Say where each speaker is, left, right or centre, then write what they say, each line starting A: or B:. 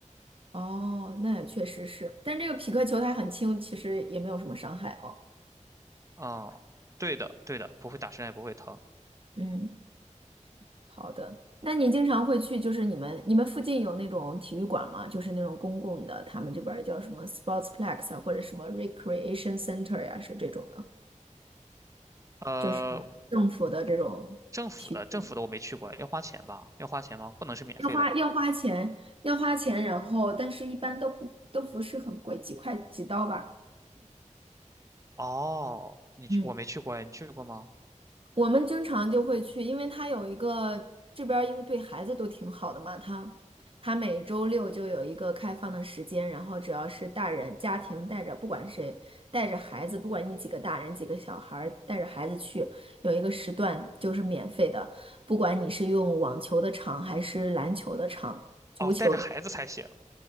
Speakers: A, on the right (about 45°); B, on the right (about 25°).
A: 哦，那也确实是，但这个匹克球它很轻，其实也没有什么伤害哦。
B: 啊、对的，对的，不会打身上也不会疼。
A: 嗯。好的，那你经常会去，就是你们你们附近有那种体育馆吗？就是那种公共的，他们这边儿叫什么 sportsplex 啊，或者什么 recreation center 呀、是这种的，
B: 呃，
A: 就是政府的这种体育，
B: 政府的政府的我没去过，要花钱吧？要花钱吗？不能是免费的吧？
A: 要花要花钱，要花钱，然后但是一般都不都不是很贵，几块几刀吧。
B: 哦，你去我没去过，
A: 嗯。
B: 你去过吗？
A: 我们经常就会去，因为他有一个这边，因为对孩子都挺好的嘛，他他每周六就有一个开放的时间，然后只要是大人家庭带着，不管谁带着孩子，不管你几个大人几个小孩儿，带着孩子去，有一个时段就是免费的，不管你是用网球的场还是篮球的场、足球的，
B: 哦，带着孩子才行。